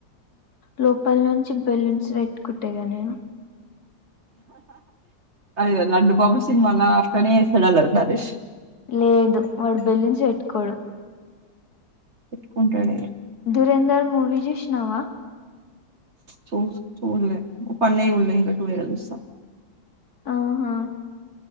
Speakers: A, on the left; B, on the right.
A: లోపల నుంచి బెలూన్స్ పెట్ ఇకుట్టేగా నేను
B: అది లడ్డుూ బాబు సినిమాాల అక్కడనే సడాల నరేష్
A: లేదు వాడు బెల్లించి పెట్టుకోడు
B: ఇట్కుంట అడిగా
A: సధురేంద్ర మూవీజీష్వా
B: చూ చూల్లే పన్నయి ఉళ ఇం కట్టు వేరదుస్తా
A: ఆహా